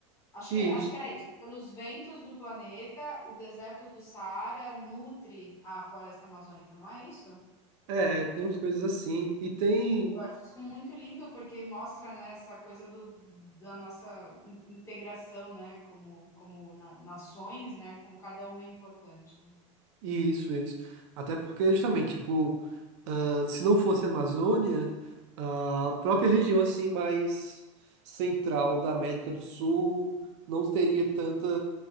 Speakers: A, on the left; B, on the right.
A: acho
B: Isso.
A: que, acho que era isso, pelos ventos do planeta, o deserto do Saara nutre a floresta amazônica, não é isso?
B: É, tem umas coisas assim. E tem.
A: Eu acho isso muito lindo, porque mostra, né, essa coisa do, da nossa in- integração, né, como, como na- nações, né, como cada uma é importante, né?
B: Isso, isso. Até porque, justamente, tipo, ah, se não fosse a Amazônia, a própria região assim mais central da América do Sul não teria tanta